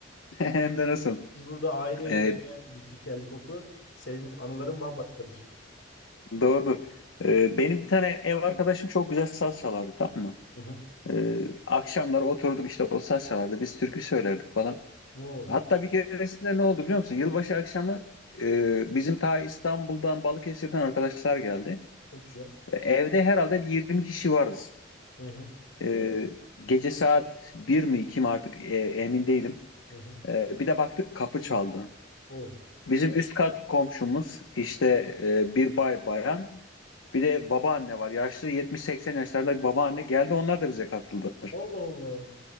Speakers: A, on the left; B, on the left.
A: <laughs> Hem de nasıl?
B: Biz burada aile evine
A: E,
B: gittik geldik okula. Senin anıların bambaşkadır.
A: Doğrudur. Ee, benim bir tane ev arkadaşım çok güzel saz çalardı tamam mı?
B: Hı hı.
A: Ee, akşamlar oturduk işte o saz çalardı. Biz türkü söylerdik falan.
B: Oo,
A: Hatta bir keresinde ne oldu biliyor musun? Yılbaşı akşamı e, bizim ta İstanbul'dan Balıkesir'den arkadaşlar geldi.
B: çok güzel.
A: E, Evde herhalde bir 20 kişi varız.
B: Hı hı.
A: E, gece saat bir mi 2 mi artık e, emin değilim.
B: Hı hı.
A: E, bir de baktık kapı çaldı.
B: Oo.
A: Bizim üst kat komşumuz işte e, bir bay bayan. Bir de babaanne var. Yaşlı 70-80 yaşlarında bir babaanne geldi. Onlar da bize katıldılar.
B: Allah Allah.